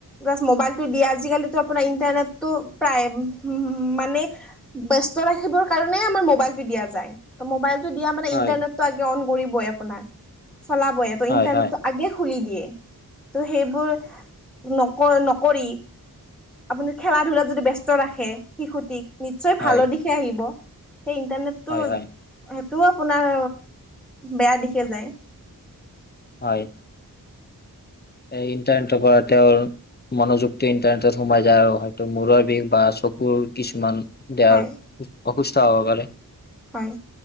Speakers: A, in the centre; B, on the left.
A: জাস্ট মবাইলটো দি আজি কালিটো আপোনাৰ ইন্টাৰনেট টো প্ৰায় মানে ব্যস্ত ৰাখিবৰ কাৰণে আমাৰ মোবাইলটো দিয়া যায়। ত, মোবাইলতটো দিয়া মানে
B: হয়
A: ইণ্টাৰনেটটো আগে অন কৰিবই আপোনাৰ চলাবইে ত
B: হয়
A: ইণ্টাৰনেটটো
B: হয়
A: আগে <unintelligible> দিয়ে ত সেই বোৰ ন কৰ নকৰি আপুনি খেলা ধূলাত যদি ব্যস্ত ৰাখে শিশুটিক নিশ্চয়
B: হয়
A: ভালৰ দিশে আহিব সেই ইন্টাৰনেট
B: হয়
A: তোৰ
B: হয়
A: সেইটোও আপোনাৰ বেয়া দিশে যায়।
B: হয়। এই, ইণ্টাৰনেটৰ পৰা তেওঁৰ মনোযুকটো ইণ্টাৰনেটত সোমাই যায় আৰু হয় ত মূৰৰ বিষ বা চকুৰ কিছুমান দেহৰ
A: হয়
B: অসুস্থ হ'ব পাৰে।
A: হয়